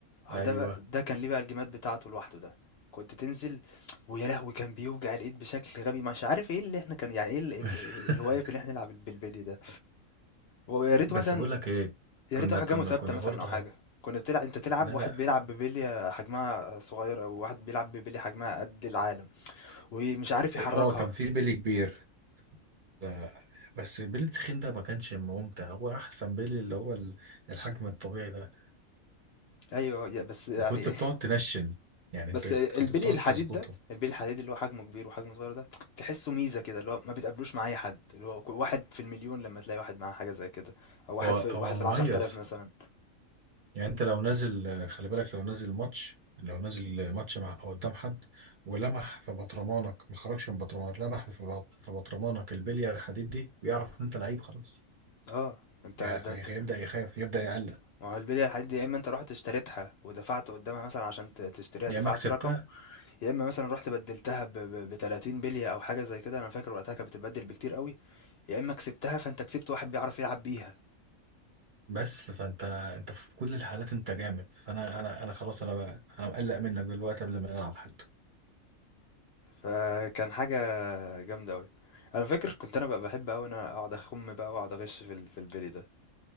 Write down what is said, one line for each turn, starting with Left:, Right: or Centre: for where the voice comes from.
Right: ايوه
Left: اه ده بقى ده كان ليه بقى الجيمات بتاعته لوحده ده كنت تنزل ويا لهوي كان بيوجع الايد بشكل غبي مش عارف ايه اللي احنا كان يعني ايه ال- ال-
Right: <laughs>
Left: الهوايه في ان احنا نلعب بالبلي ده ويا ريته
Right: بس
Left: مثلا
Right: بقول لك ايه
Left: يا
Right: كنا
Left: ريت احجامه
Right: كنا
Left: ثابته
Right: كنا
Left: مثلا
Right: برضه
Left: او حاجه كنا بتلعب انت تلعب
Right: لا
Left: واحد
Right: لا
Left: بيلعب ببليه حجمها صغير او واحد بيلعب ببليه حجمها قد العالم ومش عارف يحركها
Right: اه كان في بيلي كبير آه، بس البيلي التخين ده ما كانش ممتع هو احسن بيلي اللي هو ال- الحجم الطبيعي ده
Left: ايوه يا- بس يعني
Right: وكنت بتقعد
Left: <laughs>
Right: تنشن يعني
Left: بس
Right: انت كنت
Left: البلي
Right: بتقعد
Left: الحديد
Right: تظبطه
Left: ده البلي الحديد اللي هو حجمه كبير وحجمه صغير ده تحسه ميزه كده اللي هو ما بتقابلوش مع اي حد اللي هو كل- واحد في المليون لما تلاقي واحد معاه حاجه زي كده او واحد
Right: هو
Left: في واحد
Right: هو مميز
Left: في العشر تلاف مثلا
Right: يعني انت لو نازل آه، خلي بالك لو نازل ماتش لو نازل ماتش مع أو قدام حد ولمح في بطرمانك ما خرجش من بطرمانك لمح في بط- في بطرمانك البليه الحديد دي بيعرف ان انت لعيب خلاص
Left: اه انت
Right: يعني
Left: ده انت
Right: هيبدأ يخاف يبدأ يقلق
Left: ما هو البليه الحديد دي يا اما انت رحت اشتريتها ودفعت قدامها مثلا عشان ت- تشتريها
Right: يا
Left: دفعت
Right: اما كسبتها
Left: رقم يا اما مثلا رحت بدلتها ب ب- 30 بليه او حاجه زي كده انا فاكر وقتها كانت بتتبدل بكتير قوي يا اما كسبتها فانت كسبت واحد بيعرف يلعب بيها
Right: بس فانت انت في كل الحالات انت جامد فانا انا انا خلاص انا بقى انا مقلق منك دلوقتي قبل ما نلعب حتى
Left: فكان حاجه جامده قوي انا فاكر كنت انا بقى بحب قوي انا اقعد اخم بقى واقعد اغش في ال- في البلي ده